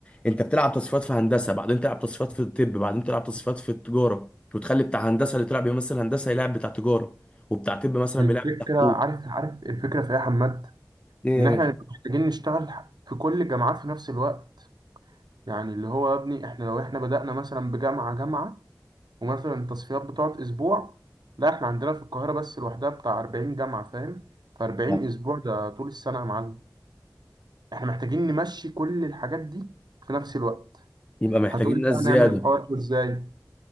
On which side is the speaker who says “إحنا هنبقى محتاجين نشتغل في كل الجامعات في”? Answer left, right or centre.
Right